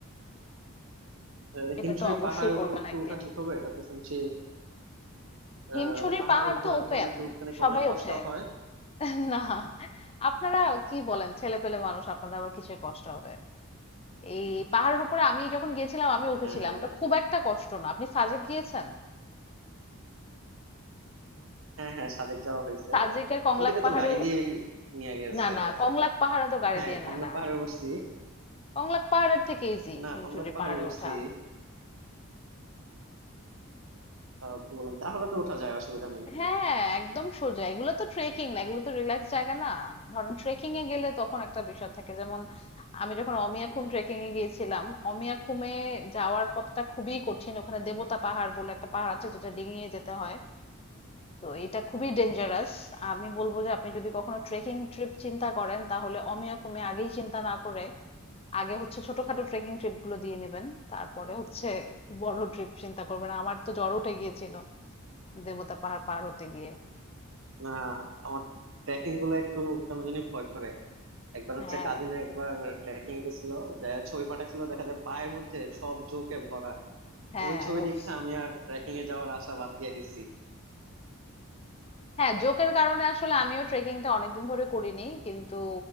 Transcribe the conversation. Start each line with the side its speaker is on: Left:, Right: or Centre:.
Right: আহ,
Left: এটা
Right: হিমছড়ি
Left: তো অবশ্যই
Right: পাহাড়ের
Left: করবেন
Right: উপর কি
Left: একদিন
Right: ওঠা ঠিক হবে এটা তো শুনছি
Left: হিমছড়ির
Right: আহ পাহাড়ের
Left: পাহাড়
Right: উপরে
Left: তো ওপেন
Right: তো নাকি উঠতে নাকি
Left: সবাই
Right: অনেক কষ্ট
Left: ওঠে
Right: হয়
Left: <laughs> না আপনারা কি বলেন ছেলে পেলে মানুষ আপনাদের আবার কিসের কষ্ট হবে এই পাহাড়ের উপরে আমি যখন গিয়েছিলাম আমি উঠেছিলাম
Right: আহ,
Left: ওটা খুব একটা কষ্ট না আপনি সাজেক গিয়েছেন
Right: হ্যাঁ হ্যাঁ সাজেক যাওয়া হয়েছে
Left: সাজেকের কংলাক
Right: ওদিকে
Left: পাহাড়েও
Right: তো গাড়ি দিয়ে নিয়ে গেছে
Left: না না কংলাক পাহাড়ে তো গাড়ি
Right: হ্যাঁ
Left: দিয়ে
Right: কংলাপ
Left: না না
Right: পাহাড়ে উঠছি
Left: কংলাক পাহাড়ের থেকে ইজি
Right: না
Left: হিমছড়ির
Right: কংলাপ পাহাড়ে
Left: পাহাড়ে
Right: উঠছি
Left: ওঠা
Right: আহ, কি বললাম তাহলে তো ওঠা যায় অসুবিধা নেই
Left: হ্যাঁ একদম সোজা এগুলো তো ট্রেকিং না এগুলো তো রিল্যাক্স জায়গা না ধরেন ট্রেকিং এ গেলে তখন একটা বিষয় থাকে যেমন আমি যখন অমিয়াখুম ট্রেকিং এ গিয়েছিলাম অমিয়াখুমে যাওয়ার পথটা খুবই কঠিন ওখানে দেবতা পাহাড় বলে একটা পাহাড় আছে যেটা ডিঙিয়ে যেতে হয় তো এটা খুবই ডেঞ্জারাস আমি বলবো যে আপনি যদি কখনো ট্রেকিং ট্রিপ চিন্তা করেন তাহলে অমিয়াখুমে আগেই চিন্তা না করে আগে হচ্ছে ছোটখাটো ট্রেকিং ট্রিপ গুলো দিয়ে নেবেন তারপরে হচ্ছে বড় ট্রিপ চিন্তা করবেন আমার তো জ্বর উঠে গিয়েছিল দেবতা পাহাড় পার হতে গিয়ে
Right: না আমার ট্রেকিং গুলো একটু কেন জানি ভয় করে একবার
Left: হ্যাঁ
Right: হচ্ছে কাজিনে একবার ট্রেকিং গেছিল যা ছবি পাঠাইছিল দেখা যায় পায়ের মধ্যে সব জোকে ভরা
Left: হ্যাঁ,
Right: ওই ছবি
Left: উফ।
Right: দেখে আমি আর ট্রেকিং এ যাওয়ার আশা বাদ দিয়ে দিছি
Left: হ্যাঁ, জোকের কারণে আসলে আমিও ট্রেকিংটা অনেকদিন ধরে করিনি কিন্তু